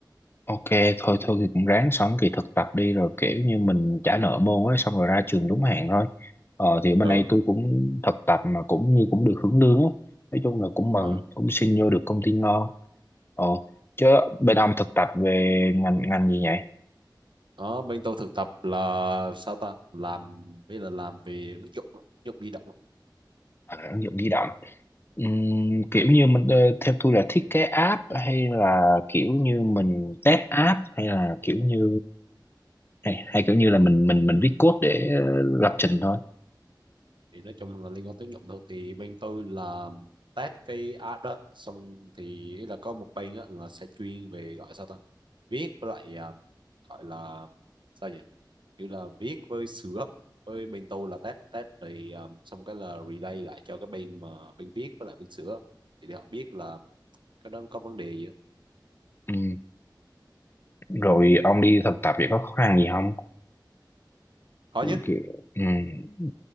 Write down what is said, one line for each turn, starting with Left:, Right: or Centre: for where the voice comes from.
Left: ok thôi thôi thì cũng ráng xong kỳ thực tập đi rồi kiểu như mình trả nợ môn ấy xong rồi ra trường đúng hạn thôi. Ờ, thì bên
Right: Ừ.
Left: đây tôi cũng thực tập mà cũng như cũng được hưởng lương á. Nói chung là cũng mừng
Right: Ờ,
Left: cũng xin vô được công ty ngon. Ồ, chứ bên ông thực tập về ngành ngành gì vậy?
Right: Ờ, bên tôi thực tập là sao ta? Làm bây là làm về ứng dụng, á, ứng dụng di động. á.
Left: À, ứng dụng di động. Ừm, kiểu như mình ờ, theo tôi là thiết kế app hay là kiểu như mình test app hay là kiểu như hay, hay kiểu như là mình mình mình viết code để ờ, lập trình thôi
Right: Thì nói chung là liên quan tới ứng dụng thôi. Thì bên tôi là test cái app đó. Xong thì là có một bên á, là sẽ chuyên về gọi sao ta? Viết với lại à, gọi là sao nhỉ? như là viết với sửa với bên tôi là test test thì um, xong cái là relay lại cho cái bên mà bên viết với lại bên sửa thì để họ biết là cái đó có vấn đề gì á.
Left: Ừm, rồi ông đi thực tập vậy có khó khăn gì không
Right: có chứ
Left: kiểu ừm,